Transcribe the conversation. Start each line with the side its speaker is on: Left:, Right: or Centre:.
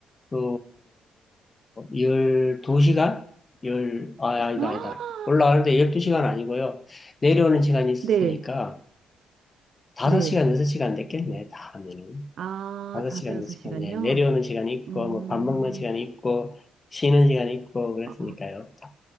Left: 그, 12시간? 열, 아, 아니다,
Right: 아,
Left: 아니다. 올라가는데 12시간 아니고요. 내려오는 시간이 있었으니까,
Right: 네.
Left: 5시간,
Right: 네.
Left: 6시간 됐겠네, 다 하면은.
Right: 아,
Left: 다섯
Right: 다섯,
Left: 시간,
Right: 여섯
Left: 몇 시간,
Right: 시간요?
Left: 예. 내려오는 시간이 있고,
Right: 음,
Left: 뭐, 밥 먹는 시간이 있고, 쉬는 시간이 있고, 그랬으니까요.
Right: 아,
Left: 다-